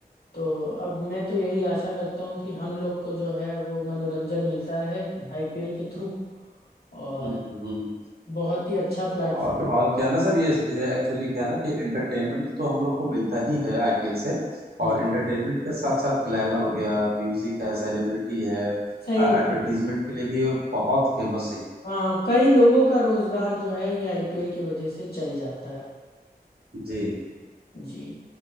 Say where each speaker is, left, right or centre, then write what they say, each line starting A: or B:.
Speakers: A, on the left; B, on the right.
A: तो अब मैं तो यही आशा करता हूँ कि हम लोग को जो है वो मनोरंजन मिलता रहे आईपीएल के थ्रू और
B: हम्म हम्म। हम्म।
A: बहुत ही अच्छा प्लेटफॉर्म
B: और और क्या है ना सर ये एक्चुअली क्या है ना कि एंटरटेनमेंट तो हम लोग को मिलता ही है आईपीएल से
A: हम्म
B: और एंटरटेनमेंट के साथ साथ ग्लैमर हो गया म्यूजिक है सेलिब्रिटी है एडवर्टीजमेंट
A: सही बात।
B: के लिए भी ये बहुत फेमस है ये।
A: हाँ कई लोगों का रोजगार जो है ये आईपीएल की वजह से चल जाता है
B: जी
A: जी